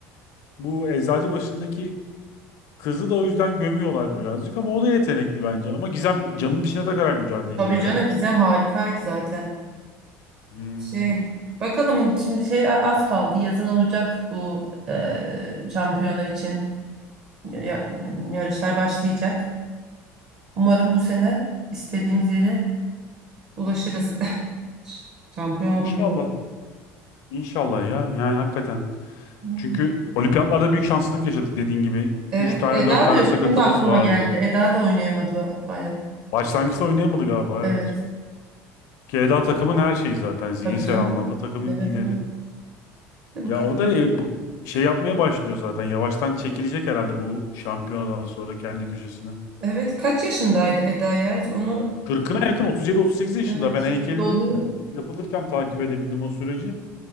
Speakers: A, on the left (about 70°); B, on the right (about 45°).
A: Bu Eczacıbaşı'ndaki kızı da o yüzden gömüyorlar birazcık ama o da yetenekli bence. Ama Gizem canını dişine takarak mücadele
B: Tabii
A: ediyor
B: canım
A: ya.
B: Gizem harikaydı zaten.
A: Hmm.
B: Şey bakalım şimdi şey a- az kaldı. Yazın olacak bu e, şampiyona için. ya- yarışlar başlayacak. Umarım bu sene istediğimiz yere ulaşırız. <laughs> Şampiyon
A: İnşallah.
B: oluruz. ya.
A: İnşallah ya. Yani hakikaten.
B: Hmm.
A: Çünkü olimpiyatlarda büyük şanslılık yaşadık dediğin gibi. 3
B: Evet,
A: tane
B: Eda
A: 4 tane
B: da yok.
A: sakatımız
B: Şimdi aklıma
A: vardı.
B: geldi. Eda da oynayamadı baya.
A: Başlangıçta oynayamadı galiba
B: Evet,
A: evet. Keda takımın her şeyi zaten. Zihinsel
B: tabii canım.
A: anlamda takımın
B: Evet,
A: lideri.
B: evet. Hadi
A: Ya
B: bakalım.
A: o da e, bu şey yapmaya başlıyor zaten. Yavaştan çekilecek herhalde bu şampiyonadan sonra kendi köşesine.
B: Evet, kaç yaşındaydı Eda ya? Onu
A: Kırkına yakın otuz yedi, otuz sekiz yaşında
B: evet
A: ben heykelini
B: doluyor.
A: yapılırken takip edebildim o süreci.